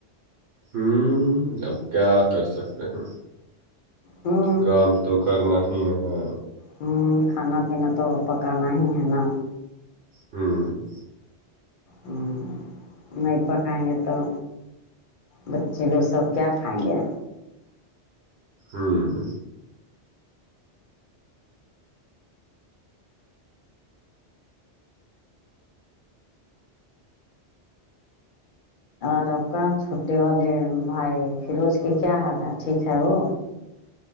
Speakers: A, on the right; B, on the left.
A: ہوں اب کیا کر سکتے ہیں
B: ہوں
A: کام تو کرنا ہی ہے
B: ہوں کھانا پینا تو پکانا ہی ہے نا
A: ہوں
B: ہوں نہیں پکائیں گے تو بچے لوگ سب کیا کھائیں گے
A: ہاں
B: اور آپ کا چھٹے والے بھائی فیروز کے کیا حال ہے ٹھیک ہے وہ